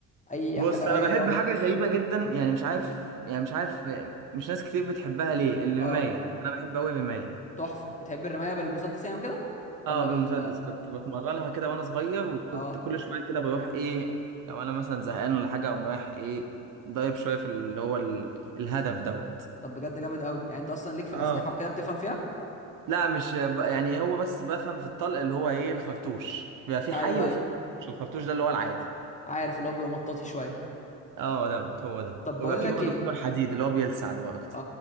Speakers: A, on the left; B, on the right.
A: اي
B: بص
A: حاجه
B: انا
A: اي
B: بحب
A: رياضه
B: حاجه غريبه جدا يعني مش عارف يعني مش عارف مش ناس كتير بتحبها ليه الرمايه
A: اه
B: انا بحب قوي الرمايه
A: تحفه بتحب الرمايه بالمسدس يعني وكده ولا
B: اه بالمسدس
A: بال
B: كنت بتمرنها كده وانا صغير وكنت
A: اه
B: كل شويه كده بروح ايه لو انا مثلا زهقان ولا حاجه اقوم رايح ايه ضايب شويه في اللي هو ال... الهدف دوت
A: طب بجد جامد قوي يعني انت اصلا ليك في
B: اه
A: الاسلحه وكده بتفهم فيها
B: لا مش ب- يعني هو بس بفهم في الطلق اللي هو ايه الخرطوش بيبقى في
A: ايوه
B: حي وفي
A: ايوه
B: خرطوش الخرطوش ده اللي هو العادي
A: عارف اللي هو بيبقى مطاطي شويه
B: اه دوت هو ده
A: طب
B: وبيبقى
A: بقول
B: في
A: لك
B: برضه
A: ايه
B: منه الحديد اللي هو بيلسع ده بقى اكتر
A: اه